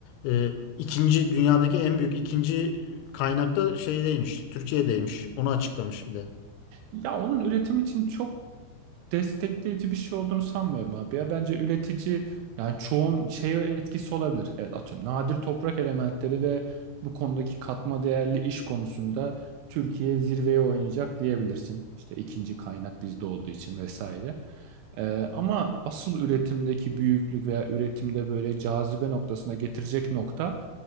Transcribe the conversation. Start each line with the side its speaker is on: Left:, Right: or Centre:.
Left: Ee, ikinci dünyadaki en büyük ikinci kaynakta şeydeymiş. Türkiye'deymiş. Onu açıklamış bir de.
Right: Ya onun üretim için çok destekleyici bir şey olduğunu sanmıyorum abi ya. Bence üretici yani çoğun şeye etkisi olabilir. Evet, atıyorum nadir toprak elementleri ve bu konudaki katma değerli iş konusunda Türkiye zirveye oynayacak diyebilirsin. İşte ikinci kaynak bizde olduğu için vesaire. Ee, ama asıl üretimdeki büyüklük veya üretimde böyle cazibe noktasına getirecek nokta